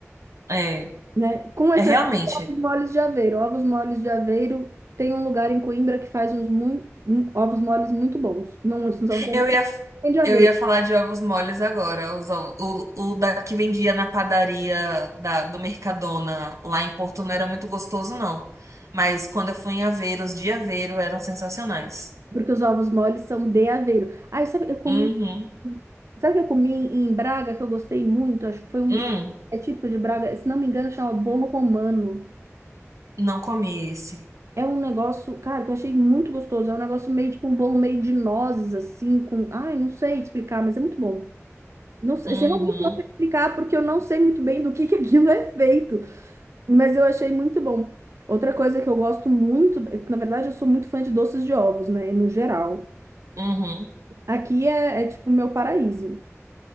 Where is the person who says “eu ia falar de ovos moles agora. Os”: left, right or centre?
Right